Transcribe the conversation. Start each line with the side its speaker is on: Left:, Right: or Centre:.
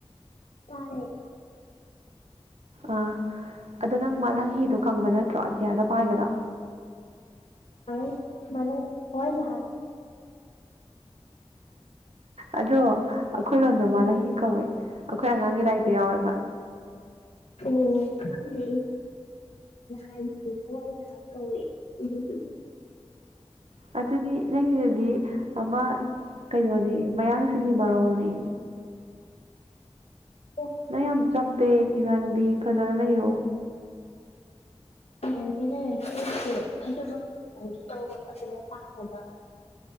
Left: ꯇꯥꯔꯦ
Right: ꯑꯥ ꯑꯗꯣ ꯅꯪ ꯃꯥꯂꯪ ꯍꯤꯗꯣ ꯈꯪꯕ ꯅꯠꯇ꯭ꯔꯣ ꯑꯇꯤꯌꯥꯗ ꯄꯥꯏꯕꯗꯣ
Left: ꯑꯗꯩꯩ ꯁꯨꯃꯥꯏꯅꯥ ꯋꯔꯤꯖꯦ ꯍꯥꯟꯅ
Right: ꯑꯗꯣ ꯑꯩꯈꯣꯏ ꯂꯣꯟꯗ ꯃꯥꯂꯪꯍꯤ ꯀꯧꯋꯦ ꯑꯩꯈꯣꯏ ꯑꯉꯥꯡꯒꯤ ꯂꯥꯏꯔꯤꯛꯇ ꯌꯥꯎꯋꯦꯕ
Left: ꯑꯣ ꯈꯪꯦ ꯑꯩ ꯍꯋꯥꯏꯖꯍꯥꯖ ꯀꯧꯏ ꯑꯗꯨ <inaudible>
Right: ꯑꯗꯨꯗꯤ ꯅꯪꯒꯤꯗꯨꯗꯤ ꯑꯃ ꯀꯩꯅꯣꯅꯦ ꯃꯌꯥꯡꯁꯤꯡꯒꯤ ꯃꯔꯣꯜꯅꯦ
Left: ꯑꯣ
Right: ꯅꯪ ꯌꯥꯝ ꯆꯞꯄꯦ ꯏꯃꯥꯟꯅꯕꯤ ꯐꯖꯅ ꯂꯩꯌꯣ
Left: ꯦ <inaudible> ꯑꯩꯁꯦ ꯐꯖꯪꯒꯦ ꯇꯧꯕ ꯐꯖꯅ ꯇꯥꯅꯕ